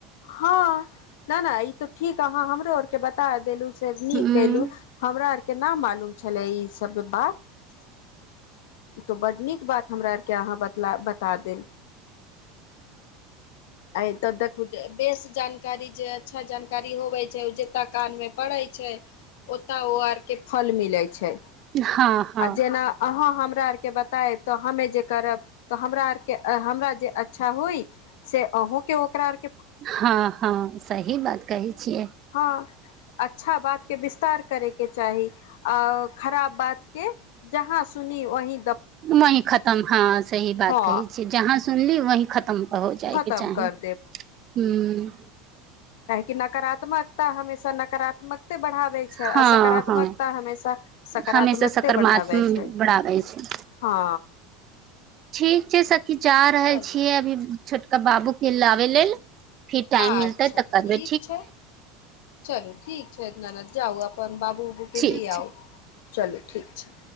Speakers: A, on the left; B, on the right.
A: हँ नहि -नहि ई तऽ ठीक अहाँ हमरो आर के बता देलू। <unintelligible> से न
B: हूँ
A: कलु हमरा आर। <unintelligible> केना मालूम छलै ई सब बात <unintelligible> ई तो बड नीक बात हमरा आर के अहाँ ब बता -देल। आ तऽ देखू बेस जानकारी जे अच्छा जानकारी होवे छै ओ जता कान मे पड़े छै ओतय ओ आर के फल मिले छै। <unintelligible>
B: हँ हँ
A: आ जेना आह। <unintelligible> हमरा आर के बताय तऽ हमे जे करब तऽ हमरा आर के हमरा -जे अच्छा होइ से अहूं के ओकरा आर के।
B: हँ हँ सही बात कहै छियै।
A: हँ अच्छा बातके विस्तार करयके चाही आ खराब बात। के जहाँ सुनी ओही।
B: वही खतम हँ सही बात
A: हँ
B: कहै छियै जहाँ। सुनली वही खतम। हो जाइके
A: खतम
B: चाही
A: कर
B: ह।
A: काहेक नकारात्मकता हमेशा नकारात्मक। बढ़ाबै छै
B: हँ
A: आ सकारात्मकता
B: हँ
A: हमेशा सकारात्मकते
B: हमेशा सकारात्मक
A: बढ़ाबै छै
B: बढ़ाबै छै
A: हँ।
B: ठीक छै सबकी जा रहल
A: चलू
B: छियै अभी छट। क बाबू फ लब लेल। फिर टाइम
A: अच्छा
B: मिलतै तऽ
A: ठीक
B: करबै
A: छै चलू ठीक छै ननद जाउ अपन बाबू उबू के
B: ठीक
A: लि आउ
B: छै
A: चलू ठीक छै।